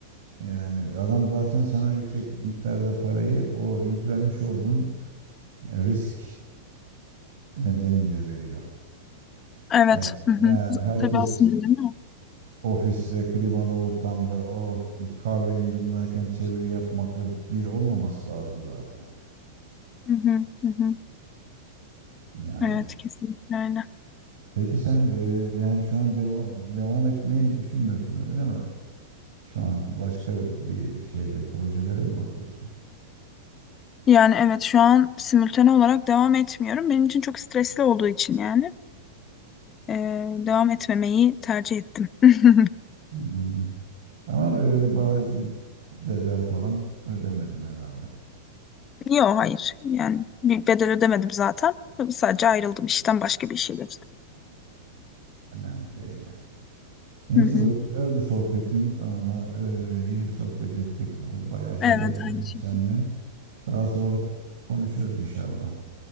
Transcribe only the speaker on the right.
Yani adam zaten sana yüksek miktarda parayı o yüklenmiş olduğun risk nedeniyle veriyor.
Yani,
yani herkes
ofiste, klimalı ortamda o kahveni yudumlarken çeviri yapmakla bir olmaması lazım zaten.
Yani
Peki sen e, yani şu an devam devam etmeyi düşünmüyorsun öyle mi? Şu an başka bir şeyler, projelere mi bakıyorsun?
Hmm. Ama böyle bariz bir bedel falan ödemedin herhalde.
Önemli değil ya. Neyse
böyle güzeldi sohbetin. Valla e, iyi bir sohbet ettik. Bayağı şey
öğrendim
seninle. Daha sonra konuşuruz inşallah.